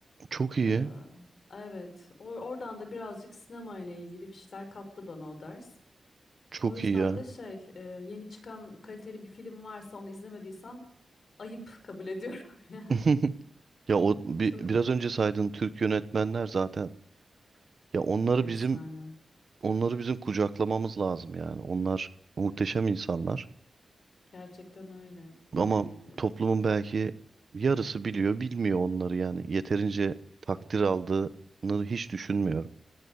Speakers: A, on the right; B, on the left.
A: çok iyi.
B: Ee, Evet, or- oradan da birazcık sinema ile ilgili bir şeyler kattı bana o ders.
A: Çok
B: O yüzden
A: iyi ya.
B: de şey, e, yeni çıkan kaliteli bir film varsa onu izlemediysem ayıp kabul ediyorum <laughs> yani.
A: <laughs> Ya o bi-
B: Çok
A: biraz önce saydığın Türk yönetmenler zaten ya onları
B: efsane.
A: bizim Onları bizim kucaklamamız lazım yani. Onlar muhteşem insanlar.
B: Gerçekten öyle. Yani
A: Ama
B: e,
A: toplumun belki yarısı biliyor, bilmiyor onları yani. Yeterince takdir aldığını hiç düşünmüyorum.